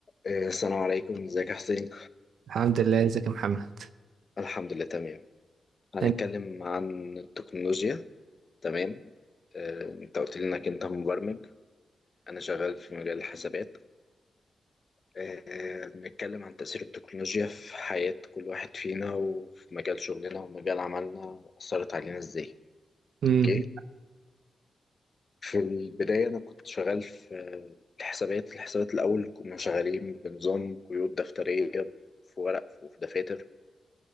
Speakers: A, on the left; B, on the right.
A: إيه، السلام عليكم ازيك يا حسين
B: الحمد لله ازيك يا محمد
A: الحمد لله تمام هنتكلم
B: انت
A: عن التكنولوجيا تمام آه، انت قلت لي انك انت مبرمج انا شغال في مجال الحسابات آه، نتكلم عن تأثير التكنولوجيا في حياة كل واحد فينا وفي مجال شغلنا ومجال عملنا أثرت علينا ازاي
B: مم.
A: اوكي في البداية أنا كنت شغال في آه، الحسابات الحسابات الأول كنا شغالين بنظام قيود دفترية في ورق وفي دفاتر